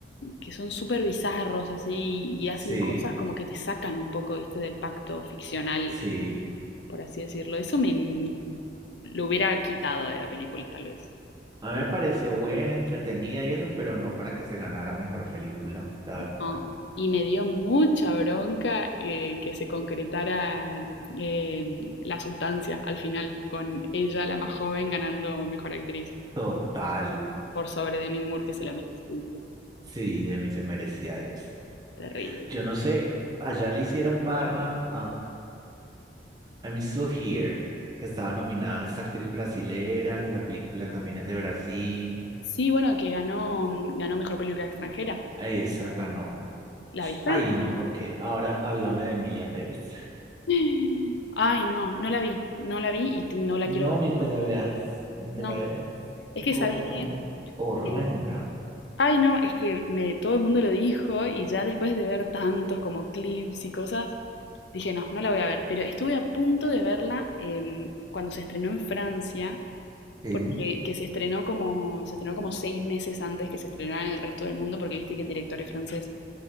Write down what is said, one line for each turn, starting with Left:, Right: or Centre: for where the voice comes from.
Left: que son súper bizarros así y hacen
Right: sí,
Left: cosas como que te sacan un poco, ¿viste? del pacto ficcional,
Right: sí.
Left: por así decirlo. Eso me me- lo hubiera quitado de la película, tal vez.
Right: A mí me pareció buena, entretenida y eso, pero no para que se ganara mejor película, la verdad.
Left: No, Y me dio mucha bronca eh, que se concretara em, la sustancia al final, con ella, la más joven, ganando mejor actriz
Right: Total,
Left: por sobre Demi Moore, que se lo merecía.
Right: sí, de mí se merecía eso.
Left: Terrible.
Right: Yo no sé, allá le hicieron barra I'm Still Here, que estaba nominada esta actriz brasilera, que la película también es de Brasil.
Left: Sí, bueno, que ganó, mm, ganó mejor película extranjera.
Right: Ay, esa ganó.
Left: ¿La viste?
Right: Ay, no, porque ahora háblame de Emilia Pérez.
Left: <gasps> Ay, no, no la vi, no la vi y t- no la quiero
Right: No,
Left: ver
Right: ni te
Left: tampoco.
Right: la veas, ni te
Left: No,
Right: la veas.
Left: es
Right: Qué
Left: que,
Right: cosa
Left: ¿sabes
Right: tan
Left: qué?
Right: horrenda.
Left: Eh, ay, no, es que me, todo el mundo lo dijo y ya después de ver tantos como clips y cosas, Dije, no, no la voy a ver, pero estuve a punto de verla em, cuando se estrenó en Francia,
Right: Sí,
Left: porque que se estrenó como, se estrenó como seis meses antes que se estrenara en el resto del mundo, porque viste que el director es francés.